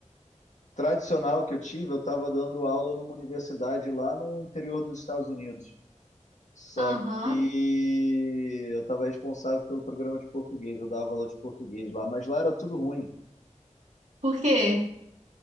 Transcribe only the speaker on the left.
tradicional que eu tive, eu estava dando aula numa universidade lá no interior dos Estados Unidos. Só
que eu estava responsável pelo programa de português, eu dava aula de português lá, mas lá era tudo ruim.